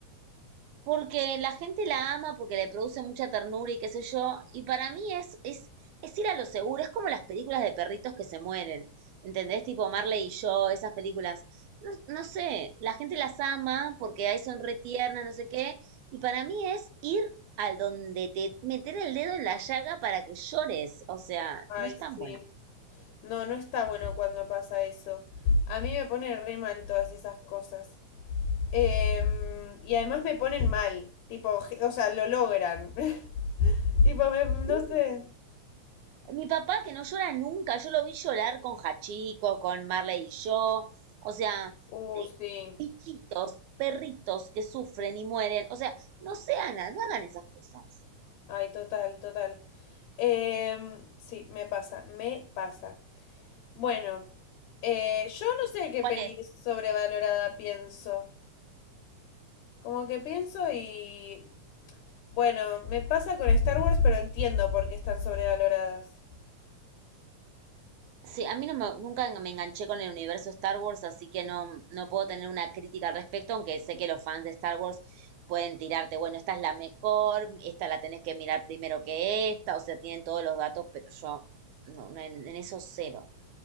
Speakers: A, on the right; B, on the left.
A: Porque la gente la ama, porque le produce mucha ternura y qué sé yo. Y para mí es, es, es ir a lo seguro. Es como las películas de perritos que se mueren. ¿Entendés? Tipo Marley y yo, esas películas. No, no sé, la gente las ama porque ahí son re tiernas, no sé qué. Y para mí es ir al donde te meter el dedo en la llaga para que llores. O sea,
B: Ay,
A: no es tan
B: sí.
A: buena.
B: No, no está bueno cuando pasa eso. A mí me pone re mal todas esas cosas. Em, y además me ponen mal, tipo, o sea, lo logran. <laughs> Tipo, me- no
A: Sí,
B: sé.
A: Mi papá que no llora nunca, yo lo vi llorar con Hachiko, con Marley y yo, o sea,
B: Uh,
A: eh,
B: sí.
A: hijitos, perritos que sufren y mueren, o sea, no sean, no hagan esas cosas.
B: Ay, total, total. Em, sí, me pasa, me pasa. Bueno, eh, yo no sé qué
A: ¿Cuál
B: peli
A: es?
B: sobrevalorada pienso. Como que pienso y... Bueno, me pasa con Star Wars, pero entiendo por qué están sobrevaloradas.
A: Sí, a mí no me- nunca me enganché con el universo Star Wars, así que no, no puedo tener una crítica al respecto, aunque sé que los fans de Star Wars pueden tirarte, bueno, esta es la mejor, esta la tenés que mirar primero que esta, o sea, tienen todos los datos, pero yo, no, no, en en eso cero.